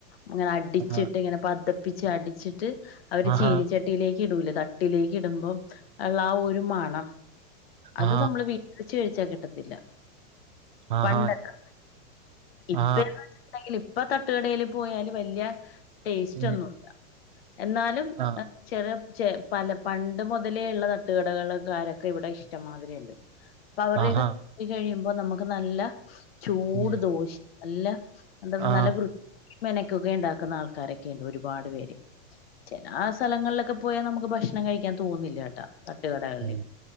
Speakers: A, on the left; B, on the right.
A: അങ്ങനെ അടിച്ച്ട്ട്
B: ആ
A: ങ്ങനെ പത പ്പിച്ച് അടിച്ചിട്ട് അവര്
B: ആഹാ
A: ചീനിച്ചട്ടിയിലേ കിടൂലെ തട്ടിലേ കിടുമ്പം അള്ളാ ആ ഒരു മണം അത്
B: ആ
A: നമ്മള് വീട്ടിൽ ചെയ് ച്ച കിട്ടത്തില്ല.
B: ആഹാ
A: പണ്ടൊക്കെ. ഇപ്പന്ന്
B: ആ
A: വെച്ചിട്ടുണ്ടെങ്കിൽ ഇപ്പ ത തട്ടുകടയില് പോയാല് വല്ല്യ ടേസ്റ്റ്
B: ഉം
A: ഒന്നുമില്ല. എന്നാലും
B: ആ
A: എ ചെറിയ ചേ പല പണ്ട് മുതലേ ഉള്ള തട്ടുകടകൾക്കാരൊക്കെ ഇവിടെ ഇഷ് ട്ടം മാതിരി ഇണ്ട്. അപ്പൊ അവരുടെക്കെ
B: ആഹാ
A: <inaudible> കഴിയു അപ്പൊ നമുക്ക് നല്ല ചൂട്
B: ഉം
A: ദോശയും നല്ല എന്താ
B: ആ
A: നല്ല വൃ മെനക്കൊക്കെ ഇണ്ടാക്കുന്ന ആൾക്കാരൊക്കെയുണ്ട് ഒരുപാട് പേര് ചെല ആ സ്ഥലങ്ങളിലൊക്കെ പോയാൽ നമുക്ക് ഭക്ഷണം കഴിക്കാൻ തോന്നുന്നില്ലേട്ടാ തട്ടുകടകളില്
B: ഉം